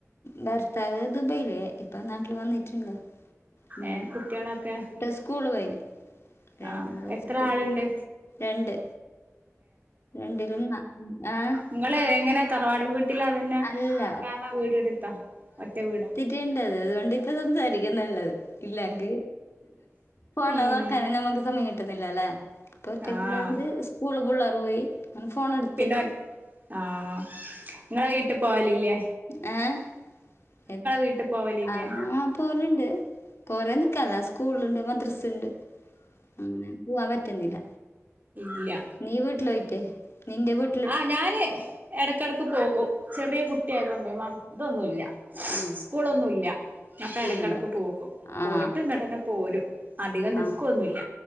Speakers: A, on the left; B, on the right.
A: ഭർത്താവ് ദുബൈലേ ഇപ്പ നാട്ടിൽ വന്നിറ്റ്ണ്ട് ങ്ങ
B: ഏഹ് കുട്ടികളൊക്കെ
A: ട്ട് സ്കൂള് പോയിന് രണ്ടാ
B: ആഹ് എത്ര
A: സ്കൂ <unintelligible>
B: ആളുണ്ട്
A: രണ്ട് രണ്ടിലും ങ്ങ ആഹ്
B: ഇങ്ങളെ എങ്ങനെ തറവാട്ടും വീട്ടില അതന്നെ
A: അല്ല.
B: വേറാ വീട് ഇട്ത്താ ഒറ്റ വീടാ
A: ണ്ടത് അതുകൊണ്ട് ഇപ്പ സ്വന്തായിരിക്കും നല്ലത് ഇല്ലെങ്ക് ഫോണ്
B: ഉം
A: നോക്കാന നമ്മക്ക് സമയം കിട്ട്ന്നില്ലല്ലെ ഇപ്പൊ ഒറ്റക്ക്ള്ളത്ണ്ട്
B: ആഹ്
A: സ്കൂള് പിള്ള്ർ പോയി അങ്ങനെ ഫോണെടുത്തിട്ട്
B: പിന്നെ ഓറ്റ് ആഹ ഇങ്ങളെ വീട്ട്ൽ പോവാലില്ലേ
A: ആഹ്
B: വീട്ടിൽ പോവലില്ലേ
A: ആഹ് പോല്ണ്ട് കൊറെേ നിക്കല്ല സ്കൂള്ണ്ട് മദ്രസ്ണ്ട് മാം പുവാൻ പറ്റ്ന്നില്ല
B: ഇല്യ
A: നീ വീട്ട്ലോയിട്ട് നിന്റെ വീ
B: ആ ഞാന് എടക്കടക്ക് പോകും. ചെറിയ കുട്ടിയായതൊണ്ടെ മ തൊന്നുല്ല
A: ആ.
B: സ്കൂളൊന്നുല്ല. അപ്പ
A: സ്കൂളില്ല.
B: എടക്കടക്ക് പോകും. പോയിട്ട്ങ്ങട്ടനെ
A: ആ.
B: പോരും. അധികം നിക്കോന്നുല്ല.
A: ആ.